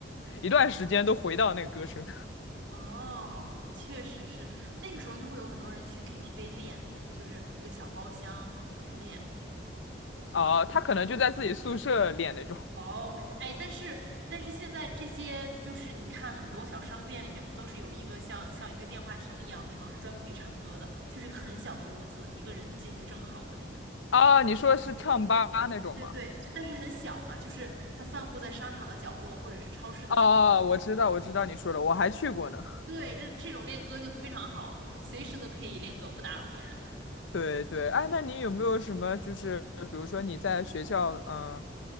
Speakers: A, on the left (about 80°); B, on the right (about 70°).
A: 一段时间都回到那个歌声。
B: 哦，确实是那个时候就会有很多人去 KTV 练，就是一个小包厢去练。
A: 哦，
B: 嗯
A: 他可能就在自己宿舍练那种。
B: 哦，哎，但是但是现在这些就是你看很多小商店里面不都是有一个像像一个电话厅一样的地方是专门可以唱歌的，就是一个很小的屋子，一个人进去正好的那种。
A: 啊，你说是唱吧那种吗？
B: 对对对，就但是很小嘛，就是它散布在商场的角落或者是超市的角落。
A: 哦，我知道，我知道你说的，我还去过呢。
B: 对，这这种练歌就非常好，随时都可以练歌，不打扰别人。
A: 对对，哎，那你有没有什么就是比如说你在学校嗯、呃